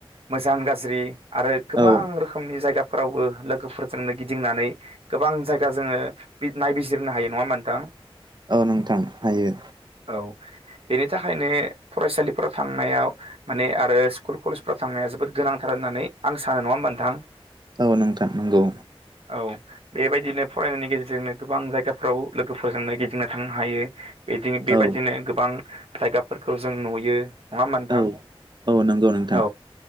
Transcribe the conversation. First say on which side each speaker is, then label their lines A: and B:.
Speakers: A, on the right; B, on the right.
A: मोजां गाज्रि आरो गोबां
B: औ
A: रोखोमनि जायगा फोरावबो लोगोफोरजोंनो गिदिंनानै गोबां जायगा जोङो नायबिजिरनो हायो नङा मा नोंथां
B: औ नोंथां हायो
A: औ बेनि थाखायनो फरायसालिफोराव थांनायाव माने आरो स्कुल कलेजफ्राव थांनाया जोबोद गोनांथार होननानै आं सानो नङा मोनथां
B: गावनो ओंखारनांगौ
A: औ बेबायदिनो फरायनायनि गेजेरजोंनो गोबां जायगाफ्राव लोगोफोरजोंनो गिदिंनो थांनो हायो बिदि बेबायदिनो
B: औ
A: गोबां जायगाफोरखौ जों नुयो नङा मोनथां
B: औ औ नंगौ न
A: औ